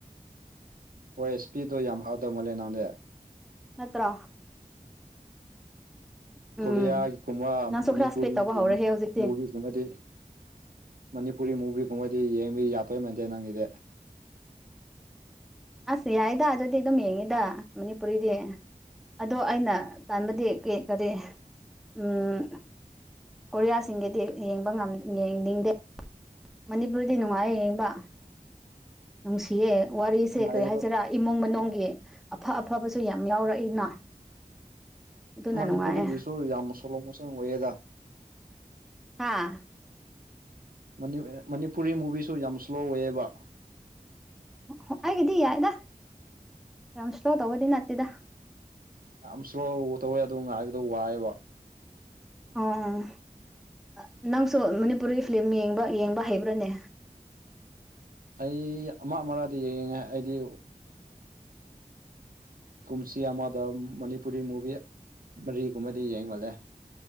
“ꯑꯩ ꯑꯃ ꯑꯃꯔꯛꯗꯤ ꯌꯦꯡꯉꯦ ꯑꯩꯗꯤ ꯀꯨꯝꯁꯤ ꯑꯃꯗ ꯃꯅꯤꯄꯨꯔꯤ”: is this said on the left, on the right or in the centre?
Right